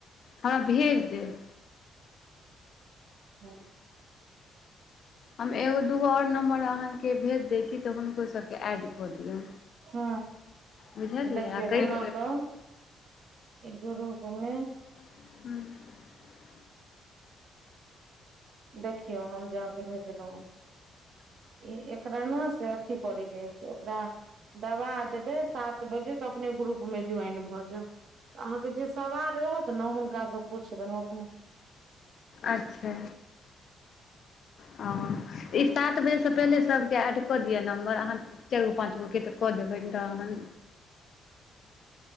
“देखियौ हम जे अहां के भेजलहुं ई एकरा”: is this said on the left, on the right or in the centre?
Right